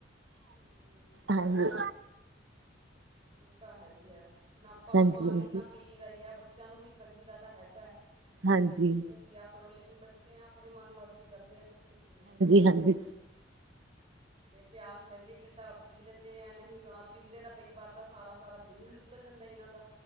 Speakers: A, on the right; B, on the right.
A: ਹਮ
B: ਹਾਂਜੀ।
A: ਇਹ ਤਾਂ ਹੈ ਹੀ ਹੈ ਨਾ ਆਪਾਂ ਵੀ
B: ਹਾਂਜੀ-ਹਾਂਜੀ,
A: ਪਾਣੀ ਇੰਨਾ
B: ਹਾਂਜੀ।
A: ਪੀ ਦਾ ਹੀ ਹੈ ਬੱਚਿਆਂ ਨੂੰ ਵੀ ਕਹੀ ਦਾ ਤਾਂ ਹੈਗਾ ਹੈ ਕਿ ਵੀ
B: ਹਾਂਜੀ-ਹਾਂਜੀ,
A: ਤੁਸੀਂ ਵੇ ਪਿਆ ਕਰੋ ਲੇਕਿਨ ਬੱਚੇ ਆ ਆਪਣੇ ਮਨ ਮਰਜੀ ਕਰਦੇ ਆ ਕਿੱਥੇ ਪੀਂਦੇੇ ਆ ਇਨਾ
B: ਹਾਂਜੀ ਹਾਂਜੀ
A: ਜੇ ਪਿਆਸ ਲੱਗੇਗੀ ਤਾਂ ਪੀ ਲੈਂਦੇ ਆਾਂ ਨਹੀਂ ਪੀਂਦੇ ਤਾਂ ਕਈ ਵਾਰ ਤਾਂ ਸਾਰਾ -ਸਾਰਾ ਦਿਨ ਨੇ ਨਿਕਲ ਜਾਂਦਾ ਇਹਨਾਂ ਦਾ।